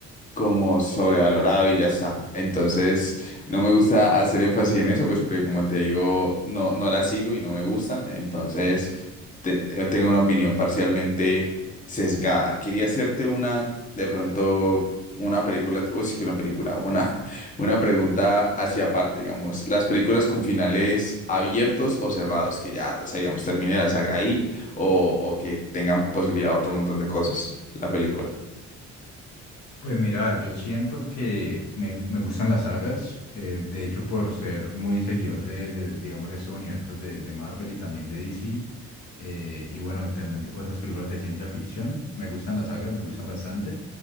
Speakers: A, on the left (about 25°); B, on the left (about 65°).
A: como sobrevalorado y ya está. Entonces, no me gusta hacer énfasis en eso, pues porque como te digo, no, no las sigo y no me gustan. Entonces, te- te- tengo una opinión parcialmente sesgada. Quería hacerte una, de pronto, una película, o sí que una película, una, <laughs> una pregunta hacia aparte, digamos. Las películas con finales abiertos o cerrados, que ya, o sea, digamos, termine la saga ahí o, o que tengan posibilidad de otro montón de cosas, la película.
B: Pues mira, yo siento que me, me gustan las sagas, eh, de hecho por ser muy seguidor de, de, digamos, de estos universos de, de Marvel y también de DC, eh, y bueno, también t- otras películas de ciencia ficción, me gustan las sagas, me gustan bastante,